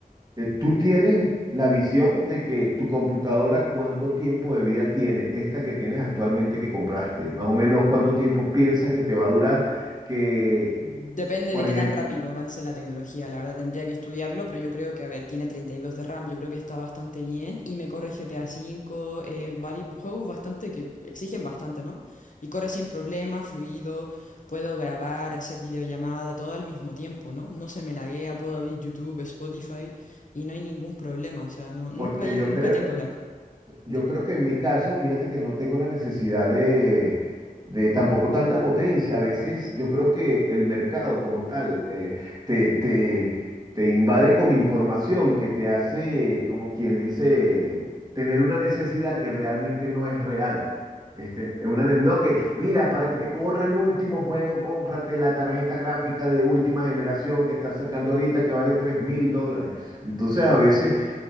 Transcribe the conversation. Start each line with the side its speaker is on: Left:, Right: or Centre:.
Right: Eh, tú tienes la visión de que tu computadora, ¿cuánto tiempo de vida tiene? Esta que tienes actualmente que compraste, más o menos cuánto tiempo piensas que te va a durar, que,
Left: Depende
Right: por
Left: de qué
Right: ejemplo,
Left: tan rápido avance la tecnología, la verdad tendría que estudiarlo, pero yo creo que, a ver, tiene 32 de RAM, yo creo que está bastante bien y me corre GTA V, eh, varios juegos bastante que exigen bastante, ¿no? Y corre sin problema, fluido, puedo grabar, hacer videollamada, todo al mismo tiempo, ¿no? No se me laguea, puedo abrir YouTube, Spotify y no hay ningún problema, o sea, no, nunca,
Right: Porque
Left: yo-
Right: yo
Left: nunca
Right: creo,
Left: tengo lag,
Right: yo
Left: dime.
Right: creo que en mi caso, fíjate que no tengo la necesidad de, de tampoco tanta potencia. A veces yo creo que el mercado como tal eh, te, te, te invade con información que te hace, como quien dice, tener una necesidad que realmente no es real. Este, es una, ne- no que, mira, para que te corra el último juego, cómprate la tarjeta gráfica de última generación que está sacando ahorita que vale tres mil dólares. Entonces a veces...